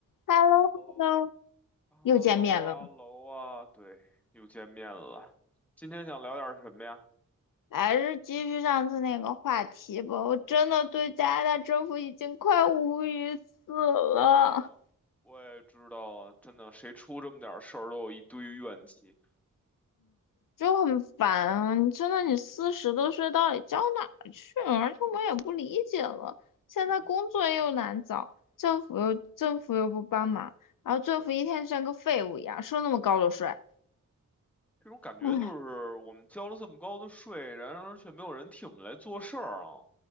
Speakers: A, on the left; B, in the centre.
A: h e
B: Hello，
A: l l o h e l l o
B: h e
A: 又见面了。
B: l l o 啊，喽啊，对，又见面了。今天想聊点什么呀？
A: 还是继续上次那个话题吧。我真的对加拿大政府已经快无语死了，
B: 可以啊，我也知道啊，真的，谁出这么点事儿都有一堆怨气，
A: 就很烦啊！你真的，你四十多岁到底交哪儿去了？而且我也不理解了，现在工作又难找，
B: 这种，
A: 政府又政府又不帮忙，然后政府一天就像个废物一样，
B: 对，
A: 收那么高的税，
B: 这种感觉就是我们交了这么高的税，
A: 唉，
B: 然而却没有人替我们来做事儿啊。